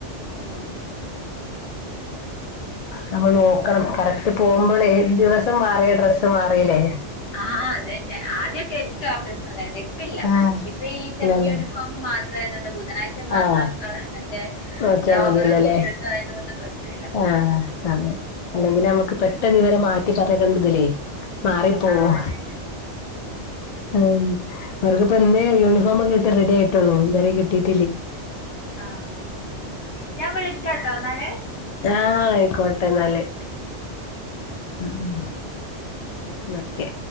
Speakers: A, on the left; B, on the left.
A: ആഹ്
B: നമ്മൾ നോക്കണം കറക്റ്റ് പോകുമ്പളേ ദിവസം മാറിയ ഡ്രസ്സ് മാറില്ലേ
A: ആഹ് അതേന്നെ ആദ്യൊക്കെ എനിക്കാ ആ പ്രശ്നണ്ടായിരുന്നു ഇപ്പ ഇല്ല
B: ആഹ്
A: ഇപ്പൊ ഈ ചെക്ക്
B: ഇല്ലല്ലേ
A: യൂണിഫോമ് ഫോമ് മാത്രായതോണ്ട് ബുധനായ് ച്ച മാത്രം
B: ആഹ്
A: കളർ മറ്റേ
B: നോക്കിയാ
A: ലോവറും
B: മതിയല്ലോല്ലേ
A: ടീഷർട്ടും ആയത് കൊണ്ട് പ്രശ്നമില്ല
B: ആഹ് അതെ അല്ലെങ്കില് നമുക്ക് പെട്ടെന്ന് ഇവരെ മാറ്റി പറഞ്ഞയക്കണ്ടതിലേ മാറിപ്പോവും
A: ആ അതെ
B: ഉം. ഓര്ക്കിപ്പൊ എന്തേ യൂണഫോമ് കിട്ടി റെഡി ആയിട്ടൊള്ളു ഇതരെ കിട്ടിട്ട്
A: ആഹ് ഞാൻ വിളിക്കാട്ടോ എന്നാലേ
B: ആഹ് ആയിക്കോട്ടെന്നാല് ഉം ഉം ന്നാ ഓക്കെ